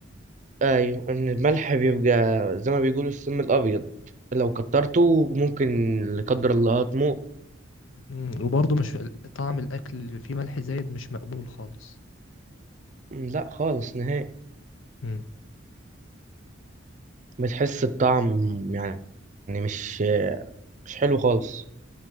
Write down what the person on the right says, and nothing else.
أيوة إن الملح بيبقى زي ما بيقولوا السم الأبيض لو كترته ممكن لا قدر الله تموت
لا خالص نهائي
بتحس الطعم يعني مش مش حلو خالص